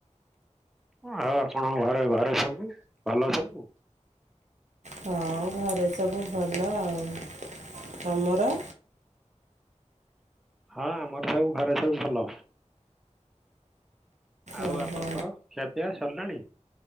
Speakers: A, in the centre; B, on the right.
A: ଆଉ ଆପଣଙ୍କ ଘରେ ଘରେ ସବୁ ଭଲ ସବୁ
B: ହଁ ଘରେ ସବୁ ଭଲ ଆଉ, ତମର?
A: ହଁ ଆମର ସବୁ ଘରେ ସବୁ ଭଲ। ଆଉ
B: ଓହୋ
A: ଆପଣଙ୍କର ଖିଆପିଆ ସରିଲାଣି?